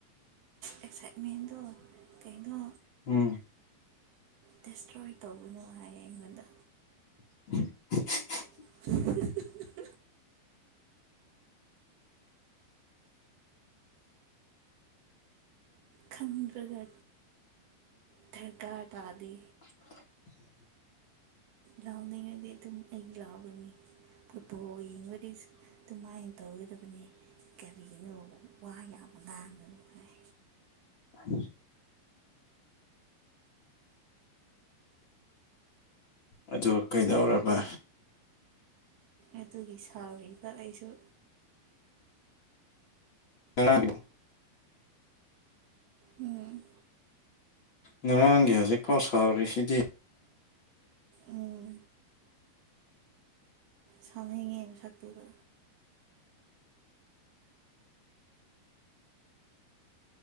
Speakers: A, on the right; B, on the left.
A: ꯑꯦꯛꯁꯥꯏꯠꯃꯦꯟꯗꯣ ꯀꯩꯅꯣ
B: ꯎꯝ
A: ꯗꯦꯁꯇ꯭ꯔꯣꯏ ꯇꯧꯒꯅꯨ ꯍꯥꯏꯌꯦ ꯑꯩꯉꯣꯟꯗ
B: <unintelligible>
A: <unintelligible> ꯈꯪꯗ꯭ꯔꯒ ꯊꯔꯀꯥꯔ ꯇꯥꯗꯦ
B: <unintelligible>
A: ꯂꯥꯎꯅꯤꯡꯉꯗꯤ ꯑꯗꯨꯝ ꯑꯩ ꯂꯥꯎꯒꯅꯤ ꯐꯨꯠꯕꯣꯜ ꯌꯦꯡꯕꯗꯤ ꯑꯗꯨꯃꯥꯏ ꯇꯧꯒꯗꯕꯅꯤ ꯀꯔꯤꯒꯤꯅꯣ ꯋꯥ ꯌꯥꯝ ꯉꯥꯡꯒꯅꯨ ꯍꯥꯏ
B: <unintelligible> ꯑꯗꯨ ꯀꯩꯗꯧꯔꯕ
A: ꯑꯗꯨꯒꯤ ꯁꯥꯎꯔꯤꯕ ꯑꯩꯁꯨ
B: <unintelligible>
A: ꯎꯝ
B: ꯉꯔꯥꯡꯒꯤ ꯍꯧꯖꯤꯛꯐꯥꯎ ꯁꯥꯎꯔꯤꯁꯤꯗꯤ
A: ꯎꯝ ꯁꯥꯎꯅꯤꯡꯉꯦ ꯃꯁꯛꯇꯨꯗ